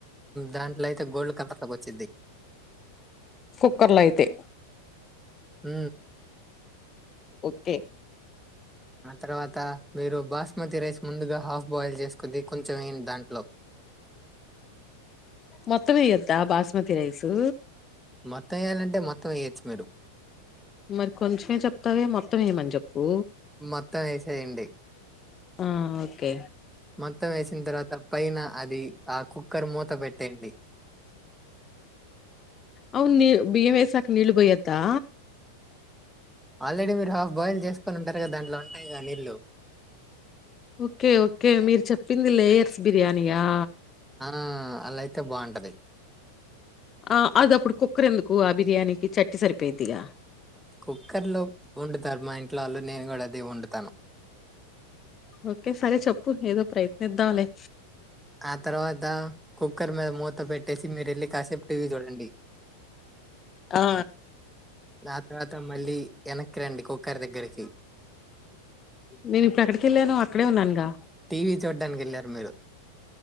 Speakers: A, in the centre; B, on the left.
A: దాంట్లో అయితే గోల్డ్ కలర్లాకి వచ్చిది
B: కుక్కర్ల అయితే
A: మ్
B: కతే
A: ఆ తర్వాత మీరు బాస్మతి రైస్ ముందుగా హాఫ్ బాయిల్ చేసుకుంది కొంచెం ఏంటి దాంట్లో
B: మొత్తం ఏయ్యోద్దా బాస్మతి రైసు
A: మొత్తం వేయ్యాలంటే మొత్తం వేయొచ్చు మీరు
B: మరి కొంచమే చెప్తావే, మొత్తం ఏయమని చెప్పు.
A: మొత్తం ఏసేయ‌్యండి.
B: ఆ ఓకే.
A: మొత్తం వేసిన తర్వాత, పైన అది ఆకు. కుక్కర్ మూత పెట్టేయండి.
B: అవున్ ని బియ్యం వేసాక నీళ్ళు పోయొద్దా.
A: ఆల్రెడీ మీరు హాఫ్ బాయిల్ చేసుకని ఉంటారు కదా, దాంట్లో ఉంటాయి కదా నీళ్ళు.
B: ఓకే ఓకే మీరు చెప్పింది లేయర్స్ బిర్యానీ ఆ.
A: ఆ అలా అయితే బాగుంటది.
B: ఆ అది అప్పుడు కుక్కర్ ఎందుకు, ఆ బిర్యానీకి చట్నీ సరిపోయిద్దిగా.
A: కుక్కర్లో వండుతారు మా ఇంట్లో వాళ్ళు, నేను కూడా అదే వండుతాను.
B: ఓకే సరే చెప్పు ఏదో ప్రయత్నిద్దాం లే.
A: ఆ తర్వాత కుక్కర్ మీద మూత పెట్టేసి, మీరు ఎళ్ళి కాసేపు టీవీ చూడండి.
B: ఆ
A: దాన్ తర్వాత మళ్ళీ. ఎనక్కి రండి కుక్కర్ దగ్గరికి.
B: నేను ఇప్పుడు ఎక్కడికి ఎళ్ళాను అక్కడే ఉన్నాన్గా.
A: టీవీ చూడ్డానికి వెళ్ళారు మీరు.